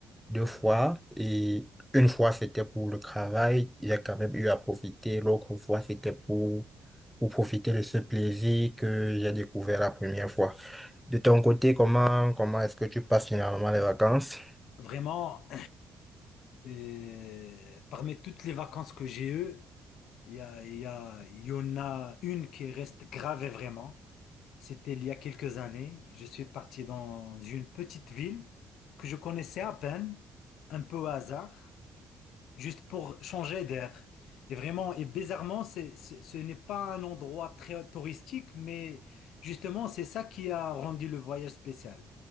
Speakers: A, in the centre; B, on the left.
A: Deux fois. Et une fois, c'était pour le travail. J'ai quand même eu à profiter. L'autre fois, c'était pour, pour profiter de ce plaisir que j'ai découvert la première fois. De ton côté, comment, comment est-ce que tu passes finalement les vacances?
B: Vraiment. Et parmi toutes les vacances que j'ai eues, il y a, il y a- il y en a une qui reste gravée vraiment. C'était il y a quelques années. Je suis parti dans une petite ville que je connaissais à peine, un peu au hasard, juste pour changer d'air. Et vraiment, et bizarrement, c'est- c'est- ce n'est pas un endroit très touristique, mais justement, c'est ça qui a rendu le voyage spécial.